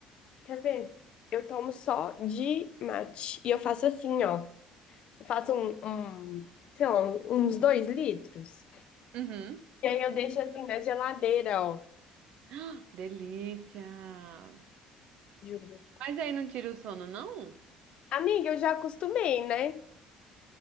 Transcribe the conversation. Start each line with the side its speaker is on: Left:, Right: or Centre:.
Left: quer ver? Eu tomo só de mate. E eu faço assim, ó. faço um, um, sei lá, um- uns dois litros.
Right: Uhum.
Left: E aí eu deixo assim na geladeira, ó.
Right: Ah, Delícia!
Left: Juro.
Right: Mas aí não tira o sono, não?
Left: Amiga, eu já acostumei, né?